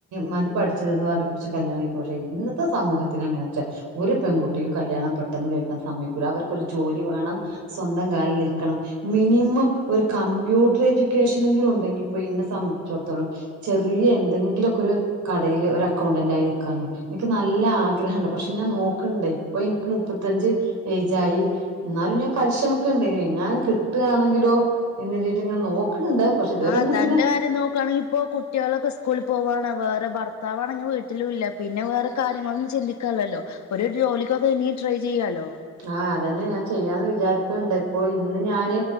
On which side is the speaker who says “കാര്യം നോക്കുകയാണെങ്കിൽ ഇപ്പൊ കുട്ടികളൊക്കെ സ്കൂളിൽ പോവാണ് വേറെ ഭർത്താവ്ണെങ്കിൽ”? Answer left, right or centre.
Left